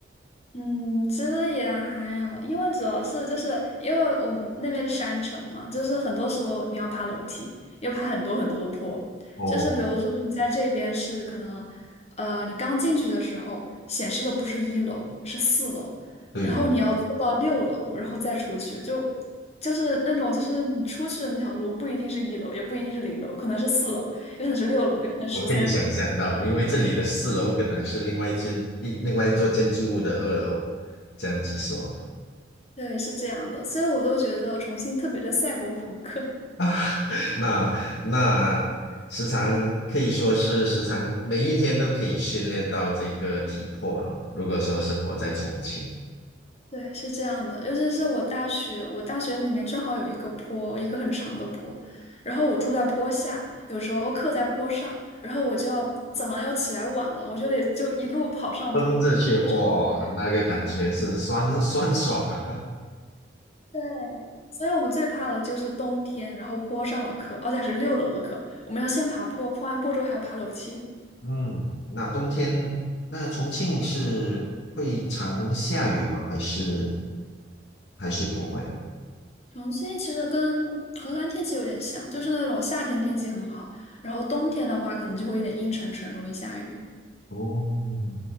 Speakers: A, on the left (about 35°); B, on the left (about 60°).
A: 嗯，其实也还好，因为主要是就是因为我们那边是山城嘛，就是很多时候你要爬楼梯，要爬很多很多的坡。
B: 哦，
A: 就是比如说你在这边是可能，呃，你刚进去的时候显示的不是一楼，是四楼，
B: 对
A: 然后你要坐到六楼，然后再出去，就就是那种就是你出去的那条路不一定是一楼，也不一定是零楼，可能是四楼，也可能是六楼，也可能是十三楼。
B: 我可以想象到，因为这里的四楼可能是另外一间一另外一座建筑物的二楼，这样子说
A: 对，是这样的，所以我都觉得重庆特别的赛博朋克。
B: 啊，<laughs> 那那时常可以说是时常每一天都可以训练到这个体魄了。如果说生活在重庆，
A: 对，是这样的，尤其是我大学，我大学里面正好有一个坡，一个很长的坡，然后我住在坡下，有时候课在坡上，然后我就要早上要起来晚了，我就得就一路跑上坡。
B: 蹬着去哇，
A: 累。
B: 那个感觉是酸酸爽啊。
A: 对，所以我们最怕的就是冬天，然后坡上的课，而且还是六楼的课，我们要先爬坡，坡完坡之后还要爬楼梯。
B: <laughs> 嗯，那冬天那重庆是会常下雨吗？还是还是不会？
A: 重庆其实跟河南天气有点像，就是那种夏天天气很好，然后冬天的话可能就会有点阴沉沉，容易下雨。
B: 哦